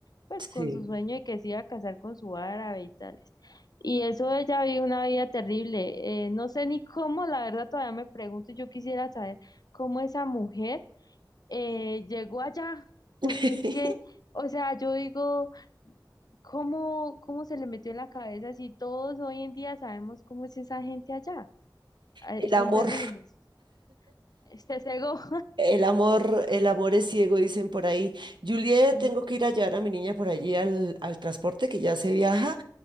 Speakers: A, on the left; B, on the right.
A: pues
B: Sí.
A: con su sueño de que se iba a casar con su árabe y tales. Y eso ella vivió una vida terrible. Eh, no sé ni cómo, la verdad todavía me pregunto, yo quisiera saber cómo esa mujer eh, llegó allá,
B: <laughs>
A: porque es que, o sea, yo digo... ¿Cómo, cómo se le metió en la cabeza si todos hoy en día sabemos cómo es esa gente allá? Ay,
B: El
A: son
B: amor,
A: terribles. Este cegó.
B: el amor, el amor es ciego, dicen por ahí. Juliet,
A: <laughs>
B: tengo que ir a llevar a mi niña por allí al, al transporte que ya se viaja.